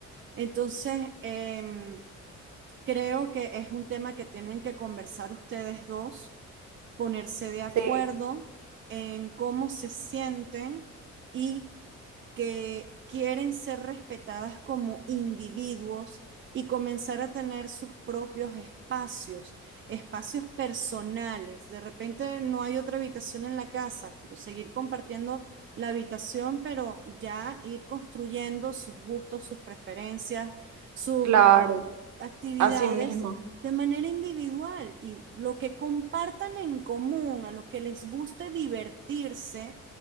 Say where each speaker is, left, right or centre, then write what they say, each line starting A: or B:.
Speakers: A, on the right; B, on the right.
A: Entonces, em, creo que es un tema que tienen que conversar ustedes dos, ponerse de acuerdo
B: Sí,
A: en cómo se sienten y que quieren ser respetadas como individuos y comenzar a tener sus propios espacios, espacios personales. De repente no hay otra habitación en la casa, pero seguir compartiendo la habitación, pero ya ir construyendo sus gustos, sus preferencias, sus
B: claro,
A: uh, actividades
B: así mismo.
A: de manera individual y lo que compartan en común, a lo que les guste divertirse